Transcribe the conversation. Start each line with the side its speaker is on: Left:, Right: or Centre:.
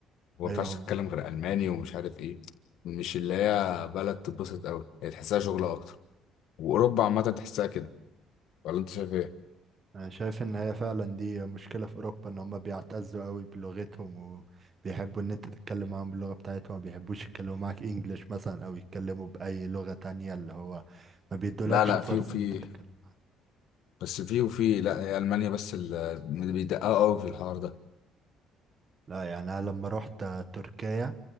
Left: وما
Right: ايوه
Left: ينفعش
Right: هم
Left: تتكلم غير الماني ومش عارف ايه مش اللي هي بلد تتبسط قوي هي تحسها شغل اكتر واوروبا عامه تحسها كده ولا انت شايف ايه
Right: انا شايف ان هي فعلا دي مشكلة في اوروبا ان هم بيعتزوا قوي بلغتهم وبيحبوا ان انت تتكلم معاهم باللغة بتاعتهم ما بيحبوش يتكلموا معاك انجليش مثلا او يتكلموا باي لغة تانية اللي هو ما بيدولكش
Left: لا لا
Right: فرصة
Left: في وفي
Right: ان انت تتكلم معاهم
Left: بس في وفي لا هي المانيا بس اللي بيدققوا قوي في الحوار ده
Right: لا يعني انا لما رحت تركيا